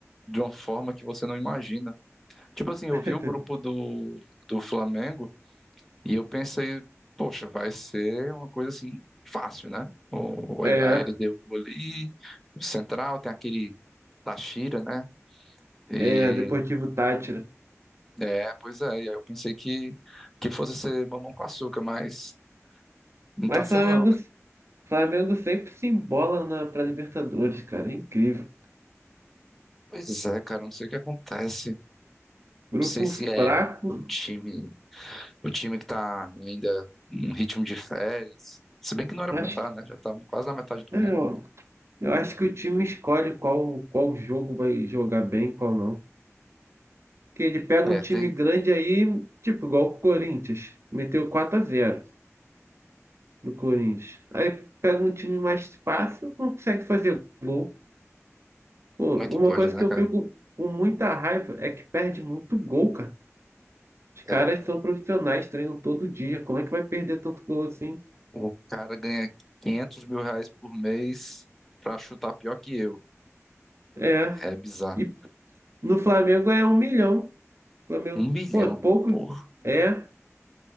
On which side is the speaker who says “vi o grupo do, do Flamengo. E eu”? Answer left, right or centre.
Centre